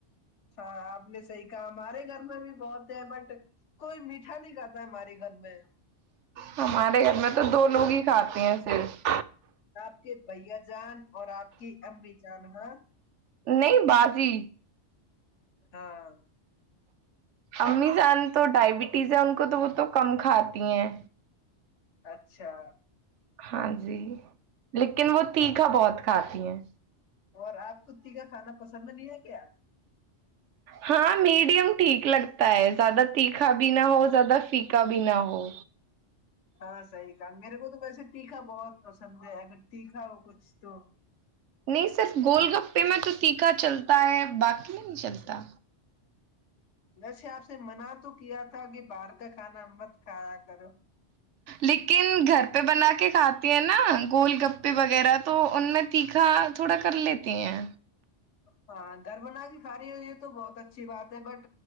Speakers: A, on the left; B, on the right.
A: ہاں آپ نے صحیح کہا ہمارے گھر میں بھی بہت ہے بٹ کوئی میٹھا نہیں کھاتا ہے ہمارے گھر میں
B: ہمارے گھر میں تو دو لوگ ہی کھاتے ہیں صرف
A: آپ کے بھیا جی جان اور آپ کی امی جان ہا
B: نہیں باجی
A: ہاں
B: امی جان تو ڈائبٹیز ہے ان کو تو وہ تو کم کھاتی ہیں
A: اچھا
B: ہاں جی لیکن وہ تیکا بہت کھاتی ہیں
A: اور آپ کتی کا کھانا پسند نہیں ہے کیا
B: ہاں میڈیم ٹھیک لگتا ہے زیادہ تیکھا بھی نہ ہو زیادہ فیکا بھی نہ ہو
A: ہاں صحیح کہا میرے کو تو ویسے تیکھا بہت پسند ہے اگر تیکھا ہو کچھ تو
B: نہیں صرف گول گپے میں تو تیکھا چلتا ہے باقی میں نہیں چلتا
A: ویسے آپ سے منع تو کیا تھا کہ باہر کا کھانا مت کھایا کرو
B: لیکن گھر گے بنا کے کھاتے ہیں نا گول گپے وغیرہ تو ان میں تیکھا تھوڑا کر لیتے ہیں
A: ہاں گھر بنا ساریے ہوئیئے تو بہت اچھا اچھی بات ہے بٹ